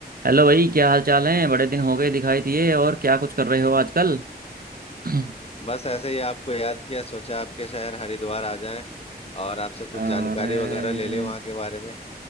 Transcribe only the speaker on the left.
बस ऐसे ही आपको याद किया सोचा आपके शहर हरिद्वार आ जाएं और आपसे कुछ
जानकारी वगैरह ले लें वहाँ के बारे में